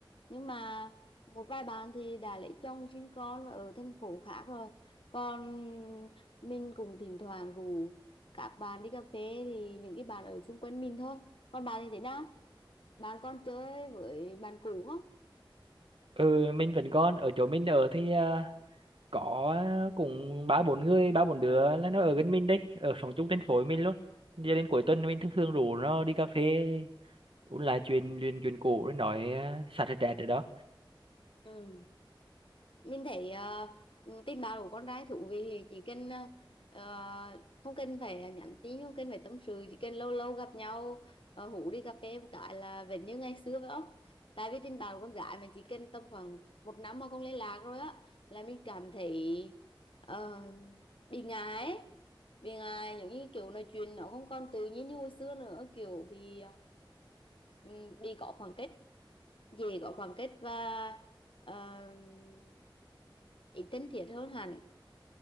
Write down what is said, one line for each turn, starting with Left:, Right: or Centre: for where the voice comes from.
Left: nhưng mà một vài bạn thì đã lấy chồng sinh con và ở thành phố khác rồi còn mình cũng thỉnh thoảng rủ các bạn đi cà phê thì những cái bạn ở xung quanh mình thôi còn bạn thì thế nào bạn còn chơi với bạn cũ không
Right: Ừ, mình vẫn còn ở chỗ mình ở thì ờ, có cũng ba bốn người, ba bốn đứa là nó ở gần mình đấy, ở sống chung thành phố với mình luôn. Giờ đến cuối tuần mình thường thường rủ nó đi cà phê uống lại chuyện chuyện chuyện cũ rồi nói uh, xả stress ở đó.
Left: ừ mình thấy ờ, tin báo của con trai thú vị thì chỉ cần ờ, ờ, không cần phải nhắn tin không cần phải tâm sự chỉ cần lâu lâu gặp nhau uh, hú đi cà phê một cái là vẫn như ngày xưa phải không tại vì tin báo của con gái mình chỉ cần tầm khoảng một năm mà không liên lạc rồi á là mình cảm thấy ờ, bị ngại ấy. bị ngại giống như kiểu nói chuyện nó không còn tự nhiên như hồi xưa nữa kiểu bị ờ, ừm, bị có khoảng cách dễ có khoảng cách và uh, ít thân thiết hơn hẳn